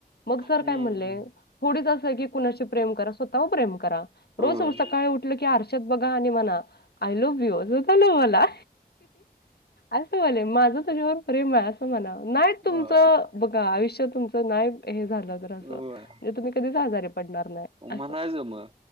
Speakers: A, on the left (about 90°); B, on the right (about 40°).
A: मग सर
B: हं.
A: काय म्हणले थोडीच असं आहे की कुणाशी प्रेम करा मग स्वतःवर प्रेम करा
B: होय.
A: रोज सकाळी उठलं की आरशात बघा आणि म्हणा आय लव्ह यू स्वतःला मना असं व्हायलय माझ तुझ्यावर प्रेम आहे असं म्हणा नाही तुमचं
B: होय,
A: बघ का आयुष्य तुमचं नाही हे झालं तर असं
B: होय.
A: म्हणजे तुम्ही कधीच आजारी पडणार नाही असं
B: म्हणायचं मग